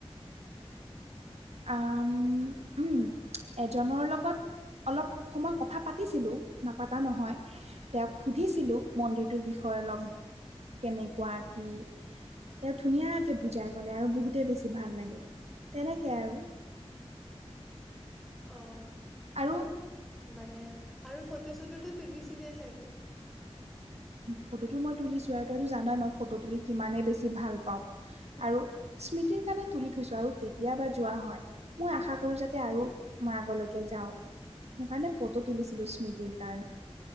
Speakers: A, on the right (about 75°); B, in the centre.
A: আহ উম এজনৰ লগত অলপ সময় কথা পাতিছিলো নাপাতা নহয় তেওঁক সুধিছিলো মন্দিৰটোৰ বিষয়ে বিষয়ে অলপ কেনেকুৱা কি তেওঁ ধুনীয়াকে বুজাই কলে আৰু বহুতে বেছি ভাল লাগে তেনেকে তেনেকে আৰু
B: অ
A: আৰু
B: মানে আৰু ফটো চটোটো তুলিছিলেই চাগে
A: ফটো মই তুলিছো আৰু তইতো জানয় মই ফটো তুলি কিমানেই বেছি ভাল পাওঁ আৰু কাৰণে তুলি থৈছো আৰু কেতিয়াবা যোৱা হয় মই আশা কৰো যাতে আৰু মই আগলৈকে যাও। সেইকাৰণে ফটো তুলিছিলো স্মৃতিৰ কাৰণে।